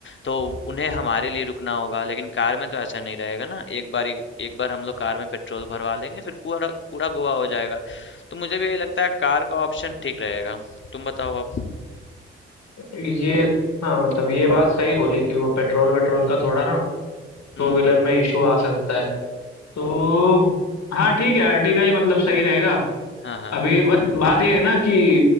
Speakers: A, on the left; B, on the left.
A: तो उन्हें हमारे लिए रुकना होगा लेकिन कार में तो ऐसा नहीं रहेगा ना एक बार एक बार हम लोग कार में पेट्रोल भरवा लेंगे फिर पूरा पूरा गोवा हो जाएगा तो मुझे भी यही लगता है कार का ऑप्शन ठीक रहेगा तुम बताओ अब
B: ये हाँ, मतलब ये बात सही बोली कि वो पेट्रोल-वेट्रोल का थोड़ा ना
A: हम्म
B: टू व्हीलर
A: हम्म
B: में इश्यू आ सकता है। तो हाँ, ठीक है अर्टिगा ही मतलब सही रहेगा।
A: हाँ हाँ
B: अभी बट बात ये है ना कि